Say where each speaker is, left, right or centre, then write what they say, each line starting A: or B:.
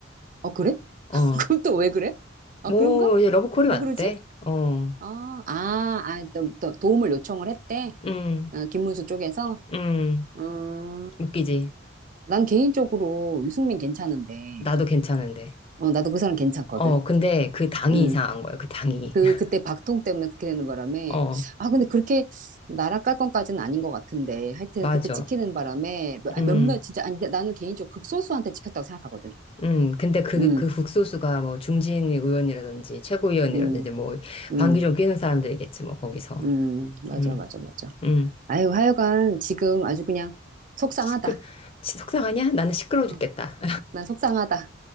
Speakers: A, on the right (about 40°); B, on the left (about 30°).
A: 어, 그래? <laughs>
B: 어,
A: 그럼 또 왜 그래? 아,
B: 뭐,
A: 그런가?
B: 이제 러브콜이
A: 왜
B: 왔대.
A: 그러지?
B: 어,
A: 아, 아, 아, 또, 또 도움을 요청을 했대.
B: 음,
A: 어, 김문수 쪽에서.
B: 음,
A: 음,
B: 웃기지.
A: 난 개인적으로 유승민 괜찮은데.
B: 나도 괜찮은데.
A: 어, 나도 그 사람 괜찮거든.
B: 어, 근데 그 당이
A: 음.
B: 이상한 거야, 그 당이.
A: 그,
B: <laughs>
A: 그때 박통 때문에 그렇게 되는 바람에.
B: 어,
A: 아, 근데 그렇게 나락 깔 건까지는 아닌 것 같은데. 하여튼
B: 맞아.
A: 그때 찍히는 바람에 몇- 아니,
B: 음.
A: 몇몇 진짜, 아니, 근데 나는 개인적으로 극소수한테 찍혔다고 생각하거든.
B: 음, 근데 그,
A: 음,
B: 그 국소수가 뭐 중진 의원이라든지 최고위원이라든지
A: 음,
B: 뭐
A: 음,
B: 방귀 좀 뀌는 사람들이겠지, 뭐 거기서.
A: 음. 맞아,
B: 음,
A: 맞아, 맞아.
B: 음.
A: 아유, 하여간 지금 아주 그냥 속상하다.
B: 시끄, 시- 속상하냐? 나는 시끄러워
A: 어,
B: 죽겠다.
A: 난 속상하다.